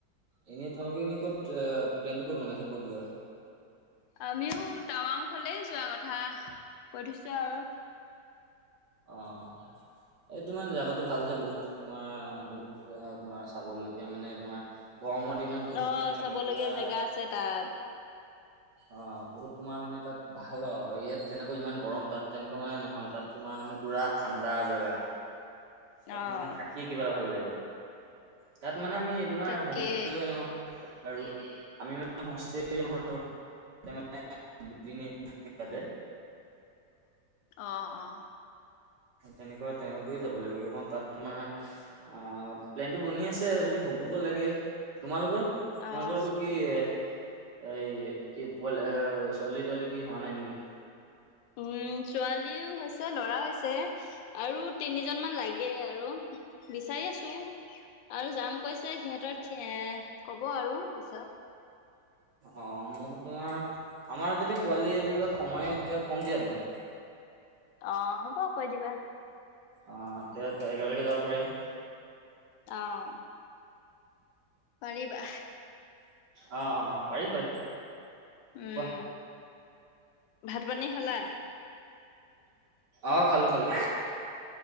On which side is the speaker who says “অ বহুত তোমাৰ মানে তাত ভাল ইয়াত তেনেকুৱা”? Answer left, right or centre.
Right